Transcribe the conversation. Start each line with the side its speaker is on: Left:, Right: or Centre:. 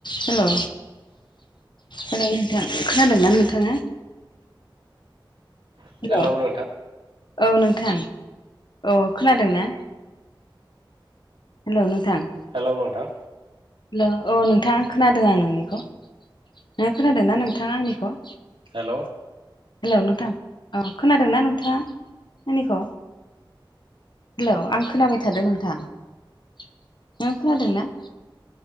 Left: Hello hello नोंथां। खोनादोंना नोंथाङा?
Right: हेलौ
Left: हेल'
Right: नोंथां
Left: औ नोंथां औ खोनादों ना? हेलो नोंथां।
Right: हेलो नोंथां।
Left: हेलौ औ नोंथाङा खोनादों आं नोंनिखौ नों खोनादोंनाा नोंथाङा आंनिखौ।
Right: हेलौ
Left: हेलौ नोंथां औ खोनादोंना नोंथाङा मनिखौनो हेलौ आं खोनाबाय थादों नोंथां नोो खोनादों ना?